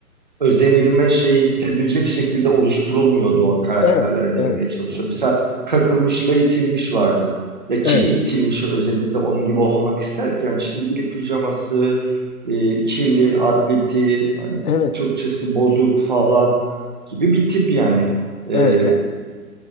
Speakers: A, on the right; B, on the left.
A: özenilme şeyi hissedilecek şekilde oluşturulmuyordu o karakterler
B: Evet,
A: demeye
B: evet.
A: çalışıyor.
B: Yani
A: Mesela kakılmışla itilmiş vardı. Ya kim
B: evet,
A: itilmişi özenip de onun gibi olmak ister ki? Yani çizgili pijaması, e, kirli atleti, hani
B: evet,
A: Türkçesi bozuk falan gibi bir tip yani. E,
B: evet yani.